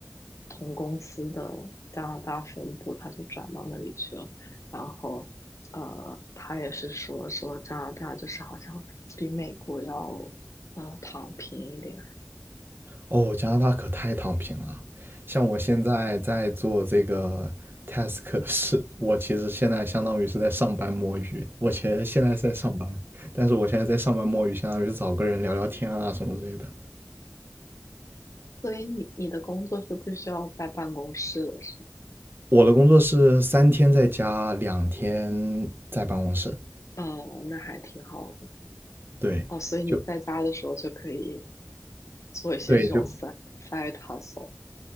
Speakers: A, on the left; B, on the right.
A: 同公司的加拿大分部，他就转到那里去了。然后呃，他也是说说加拿大就是好像比美国要呃躺平一点，
B: 哦，加拿大可太躺平了。像我现在在做这个 <laughs> task 是，我其实现在相当于是在上班摸鱼。我其实现在是在上班，但是我现在在上班摸鱼，相当于是找个人聊聊天啊什么之类的。
A: 所以你你的工作是不需要在办公室的，是吗？
B: 我的工作是三天在家，两天在办公室。
A: 哦，那还挺好的。
B: 对，
A: 哦，所以你在家的时候就可以
B: 就
A: 做一些这种
B: 对，就
A: side side hustle。